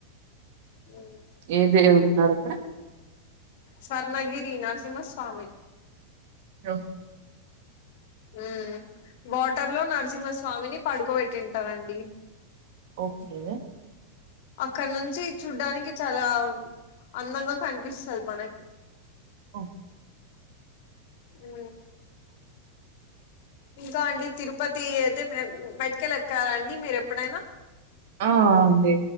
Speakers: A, on the left; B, on the right.
A: ఉ
B: ఏద దేవుడున్నారు అక్కడ
A: సర్ణగిరి నరసింహస్వామి
B: రో
A: ఉ వాటర్ లో నర్సింహస్వామిని పడుకోబెట్టింటారండి
B: ఓకే
A: అక్కడ నుంచి చూడ్డానికి చాలా అందంగా కనిపిస్తది మనకి
B: ఒ
A: ఉ ఇంకా అండి తిరుపతి అయితే మెటికలు ఎక్కారా అండి మీరు ఎప్పుడైనా
B: ఆ అండి